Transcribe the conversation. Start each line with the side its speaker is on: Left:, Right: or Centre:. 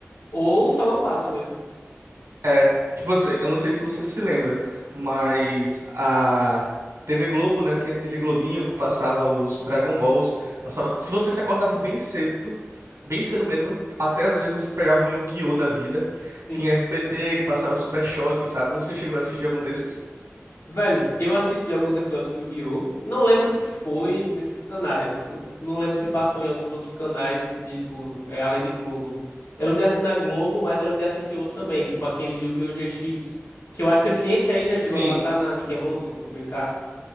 Left: Ou só não passa mesmo.
Right: é. Tipo assim, eu não sei se você se lembra, mas a TV Globo, né, tinha TV Globinho que passava os Dragon Balls, passava, se você se acordasse bem cedo, bem cedo mesmo, até às vezes você pegava um Yu-Gi-Oh da vida.
Left: Sim.
Right: Tinha SBT que passava Super Choque, sabe? Você chegou a assistir algum desses?
Left: Velho, eu assisti alguns episódios de Yu-Gi-Oh! Não lembro se foi nesses canais. Eu não não lembro se passou em alguns outros canais, de, tipo, é, além de Globo. Eu lembro de assistir na Globo, mas eu lembro de assistir em outros também, tipo aquele Yu-Gi-Oh! GX, que eu acho que ele- esse aí já
Right: Sim.
Left: chegou a passar na Nickelodeon, se brincar.